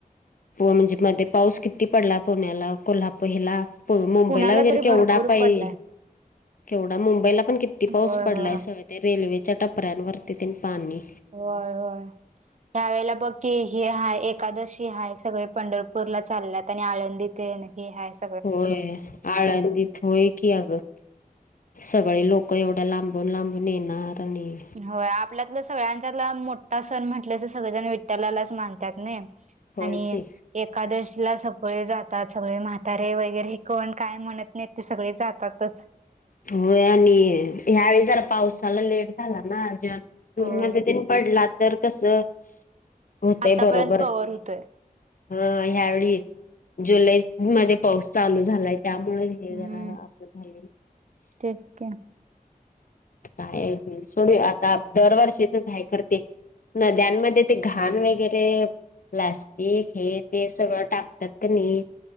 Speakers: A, on the left (about 65°); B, on the right (about 50°).
A: पुआ म्हणजे मध्ये पाऊस किती पडला पुण्याला, कोल्हा पहिला प मुंबईला
B: पुण्याला
A: वगैरे
B: तरी
A: केवढा
B: भरपूर
A: पाहि
B: पडलाय.
A: केवढा मुंबईला पण किती पाऊस
B: होय
A: पडलाय
B: होय
A: सवयत. ते रेल्वेच्या टपऱ्यांवरती तेन पाणी
B: होय होय ह्यावेेळेला बघ की हे हाय एकादशी हाय सगळे पंढरपूरला चालल्यात आणि आळंदीत अन हे हायस.
A: होय आळंदित होय की अगं सगळे लोकं एवढ्या लांबून-लांबून येणार आणि
B: हाव आपल्यातला सगळ्यांच्यात मोठा सण म्हटलं असं सगळेजण विठ्ठलालाच मानतात नाय.
A: होय
B: आणि
A: की
B: एकादशीला सगळे जातात सगळे म्हातारे वगैरे हे कोण काय म्हणत नेते सगळे जातातच.
A: होय आणि ह्यावेळी जरा पावसाला लेट झाला ना ज जून
B: होय
A: मध्येतन पडला तर कस होतंय
B: आतापर्यंत
A: बरोबर
B: कव्हर
A: ते.
B: होतोय.
A: हां ह्यावेळी जुलै मध्ये पाऊस चालू झालाय त्यामुळे हे
B: हम्म
A: झाला आहे असं. <inaudible>
B: <unintelligible>
A: काय आहेत सोडूया आता दरवर्षीचच आहे खरं ते. नद्यांमध्ये ते घाण वगैरे प्लास्टिक हे ते सगळं टाकतात क नाही